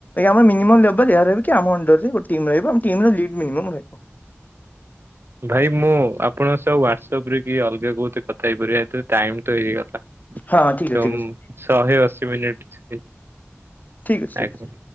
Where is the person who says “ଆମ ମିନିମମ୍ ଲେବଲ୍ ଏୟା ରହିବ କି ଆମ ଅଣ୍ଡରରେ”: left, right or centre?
Left